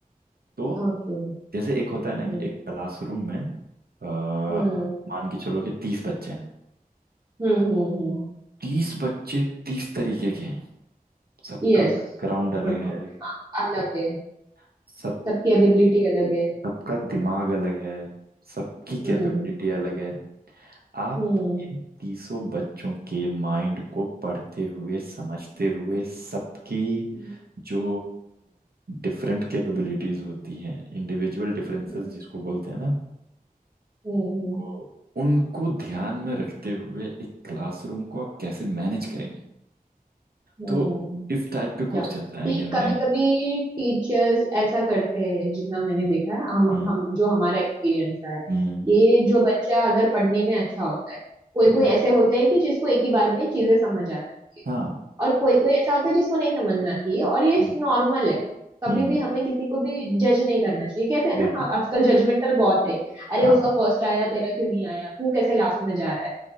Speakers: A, on the right (about 80°); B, on the right (about 25°).
A: तो
B: ओके
A: जैसे एक होता है ना
B: हम्म
A: कि एक क्लासरूम में अ, आप
B: हम्म
A: मान के चलो कि तीस बच्चे हैं
B: हम्म हम्म
A: तीस बच्चे तीस तरीके के हैं सबका
B: यस
A: बैकग्राउंड अलग
B: नो डाउट
A: है सब
B: अलग है
A: सबका
B: सबकी एबिलिटी अलग है
A: सबका दिमाग अलग है सबकी
B: हम्म
A: कैपेबिलिटी अलग है आप
B: हम्म
A: इन तीसों बच्चों के माइंड को पढ़ते हुए समझते हुए सबकी
B: हम्म,
A: जो डिफरेंट कैपेबिलिटीज होती हैं इंडिविजुअल डिफरेंसेस
B: हम्म,
A: जिसको बोलते हैं ना
B: हम्म
A: तो उनको ध्यान में रखते हुए एक क्लासरूम को आप कैसे मैनेज करेंगे
B: हम्म
A: तो इस टाइप के क्वेश्चंस
B: क्या
A: आएंगे
B: कि
A: मेरे
B: कभी कभी टीचर्स ऐसा करते हैं जितना मैंने
A: हम्म
B: देखा है हम
A: हम्म
B: हम जो हमारा एक्सपीरियंस रहा है
A: हम्म,
B: कि जो बच्चा अगर पढ़ने में अच्छा होता है कोई
A: हम्म,
B: कोई ऐसे होते हैं कि जिसको एक ही बार में चीजें समझ आ जाती है
A: हाँ
B: और कोई कोई ऐसा होता है जिसको नहीं समझ में आती है और ये
A: हम्म
B: नॉर्मल है कभी
A: हम्म,
B: भी हमें किसी को भी जज नहीं करना चाहिए कहते हैं
A: बिल्कुल
B: ना हाँ आजकल जजमेंटल बहुत है अरे
A: हाँ
B: उसका
A: हाँ,
B: फर्स्ट आया तेरा क्यों नहीं आया तू कैसे लास्ट में जा रहा है